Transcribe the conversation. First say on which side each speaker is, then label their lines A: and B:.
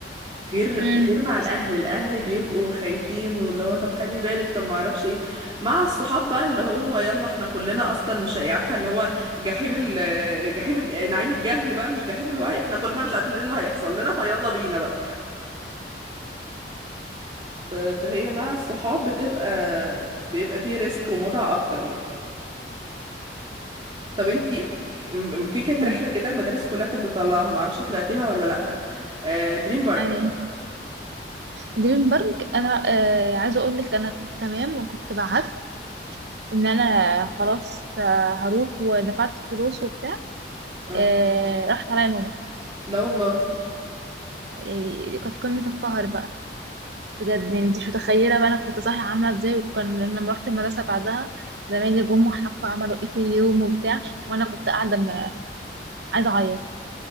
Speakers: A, on the right; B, on the right.
A: غير
B: امم
A: غير مع الاهل الاهل بيبقوا خايفين واللي هو طب خلي بالك طب ما اعرفش ايه مع الصحاب بقى اللي هو يلا احنا كلنا اصلا مش عارفه اللي هو جحيم ال جحيم الج- نعيم الجهل بقى مش جحيم الوعي احنا كلنا مش عارفين ايه اللي هيحصل لنا فيلا بينا بقى ف- فهي مع الصحاب بتبقى بيبقى فيه ريسك ومتعة اكتر يعني طب انتي م- م- في كانت
B: امم
A: رحلة كده المدارس كلها كانت بتطلعها معرفش طلعتيها ولا لأ آه دريم بارك
B: يعني دريم بارك انا آه عايزه اقول لك انا كنت تمام وكنت بعت ان انا خلاص آه، هروح ودفعت فلوس وبتاع
A: اه
B: آه راحت عليا نومة
A: لا والله
B: يعني كانت قمة القهر بقى بجد يعني انت مش متخيلة بقى انا كنت صاحية عاملة ازاي وكان لما رحت المدرسة بعدها زمايلي جم وحكوا عملوا ايه في اليوم وبتاع وانا كنت قاعدة م- عايزة اعيط